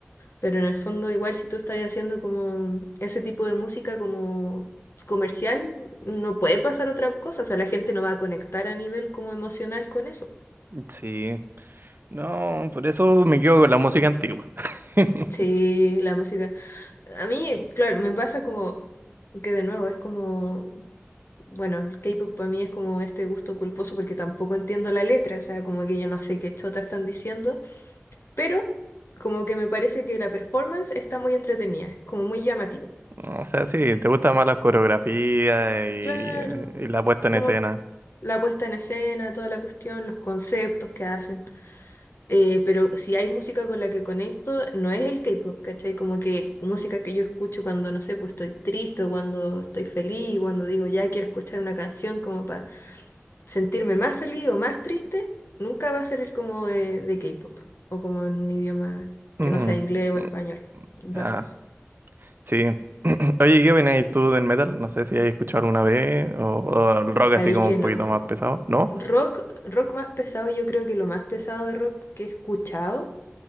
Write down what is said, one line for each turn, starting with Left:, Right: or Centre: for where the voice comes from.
Left: Pero en el fondo, igual si tú estás haciendo como ese tipo de música como comercial, no puede pasar otra cosa. O sea, la gente no va a conectar a nivel como emocional con eso.
Right: Sí. No, por eso me quedo con la música antigua. <laughs>
Left: Sí, la música. A mí, claro, me pasa como que de nuevo es como, bueno, el K-pop para mí es como este gusto culposo porque tampoco entiendo la letra, o sea, como que yo no sé qué chota están diciendo, pero como que me parece que la performance está muy entretenida, como muy llamativo.
Right: O sea, sí, te gusta más la coreografía y,
Left: Claro,
Right: y la puesta
Left: como
Right: en escena.
Left: la puesta en escena, toda la cuestión, los conceptos que hacen. Eh, pero si hay música con la que conecto, no es el K-pop, ¿cachai? Como que música que yo escucho cuando, no sé, pues estoy triste o cuando estoy feliz, cuando digo ya quiero escuchar una canción como para sentirme más feliz o más triste, nunca va a ser el como de, de K-pop o como en un idioma
Right: Mm,
Left: que no sea inglés o
Right: mm,
Left: español. Vas
Right: ah,
Left: a eso.
Right: sí. <clears throat> Oye, ¿qué opinas tú del metal? No sé si has escuchado alguna vez o, o el rock
Left: Sabéis
Right: así como
Left: que
Right: un
Left: no.
Right: poquito más pesado, ¿no?
Left: Rock, rock más pesado, yo creo que lo más pesado de rock que he escuchado.